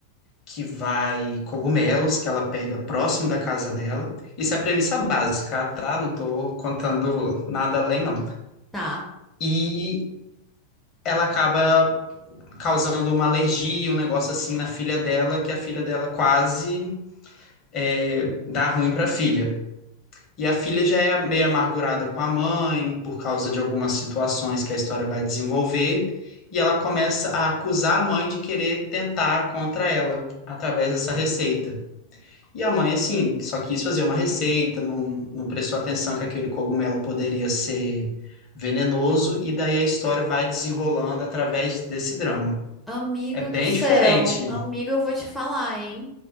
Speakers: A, on the left; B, in the centre.
A: que vai cogumelos que ela pega próximo da casa dela. Isso é a premissa básica, tá? Não tô contando nada além, não.
B: Tá.
A: E ela acaba causando uma alergia, um negócio assim na filha dela, que a filha dela quase é, dá ruim para filha. E a filha já é meio amargurada com a mãe, por causa de algumas situações que a história vai desenvolver, e ela começa a acusar a mãe de querer tentar contra ela, através dessa receita. E a mãe, assim, só quis fazer uma receita, não, não prestou atenção que aquele cogumelo poderia ser venenoso, e daí a história vai desenrolando através desse drama.
B: Amigo
A: É bem
B: do céu,
A: diferente.
B: amigo, eu vou te falar, hein?